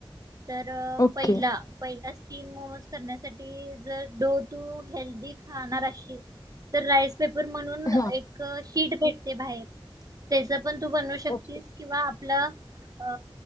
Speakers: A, on the right; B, on the left.
A: तर
B: ओके
A: पहिला पहि त्या स्टीम मोमोज करण्यासाठी जर डो टू हेल्दीी खाणार अशी तर राईस पेपर म्हणून एक
B: हा
A: शीट भेट ते बाहेर त्याच पण तू बनवू शकतीस
B: ओके
A: किंवा आपलं अ